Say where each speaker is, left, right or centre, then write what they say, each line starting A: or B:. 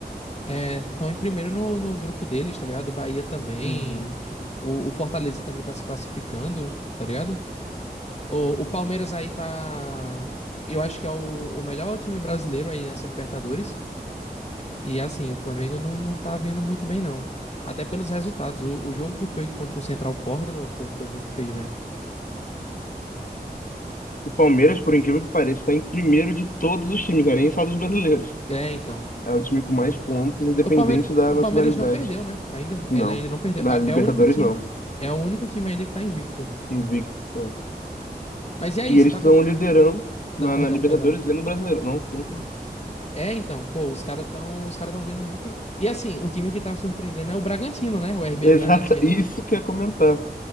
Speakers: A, on the left (about 40°); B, on the left (about 55°).
A: estão em primeiro no, no grupo deles, tá ligado? O Bahia também.
B: Uhum.
A: O, o Fortaleza também tá se classificando, tá ligado? O, o Palmeiras aí tá. Eu acho que é o, o melhor time brasileiro aí nessa Libertadores. E assim, o Flamengo não, não tá vindo muito bem, não. Até pelos resultados. O, o jogo que foi contra o Central Córdoba, pô, foi muito feio, velho.
B: O Palmeiras, por incrível que pareça, está em primeiro de todos os times, não é nem só dos brasileiros.
A: É, então.
B: É o time com mais pontos, independente
A: O Palmeiras,
B: da
A: o
B: nacionalidade.
A: Palmeiras não perdeu, né? Ainda,
B: Não,
A: ele ainda não perdeu.
B: na
A: A-
B: Libertadores
A: É o único time.
B: não,
A: É o único time ainda que tá invicto.
B: invicto. não.
A: Mas e aí,
B: E
A: você
B: eles
A: tá
B: estão
A: com.
B: liderando
A: Não,
B: na,
A: perdão,
B: na Libertadores
A: perdão.
B: e no Brasileiro. Não, não.
A: É, então, pô, os caras tão, os cara tão vindo muito. E assim, um time que tá surpreendendo é o Bragantino, né? O RB
B: Exato,
A: Bragantino.
B: isso que eu ia comentar.